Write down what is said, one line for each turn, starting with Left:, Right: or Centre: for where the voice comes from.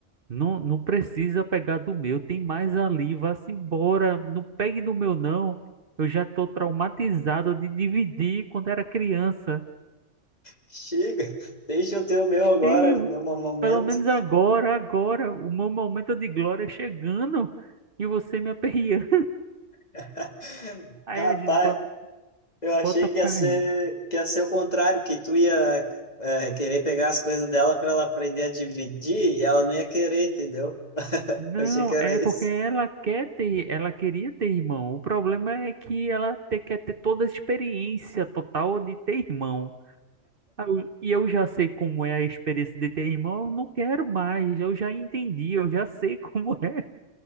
Right: Não, não precisa pegar do meu, tem mais ali, vá-se embora. Não pegue do meu, não. Eu já tô traumatizado de dividir quando era criança.
Left: chega, deixa eu ter o meu
Right: Chega,
Left: agora, no momento.
Right: pelo menos agora, agora, o meu momento de glória chegando e você me aperreando.
Left: <laughs>
Right: <laughs> Aí
Left: Rapaz,
Right: a gente bota,
Left: eu achei
Right: bota pra
Left: que ia ser,
Right: rir.
Left: que ia ser o contrário, que tu ia é, querer pegar as coisas dela para ela aprender a dividir e ela não ia querer, entendeu?
Right: Não,
Left: Eu achei que era
Right: é
Left: isso.
Right: porque ela quer ter, ela queria ter irmão. O problema é que ela te- quer ter toda a experiência total de ter irmão. Ah, eu- E eu já sei como é a experiência de ter irmão, eu não quero mais. Eu já entendi, eu já sei <laughs> como é.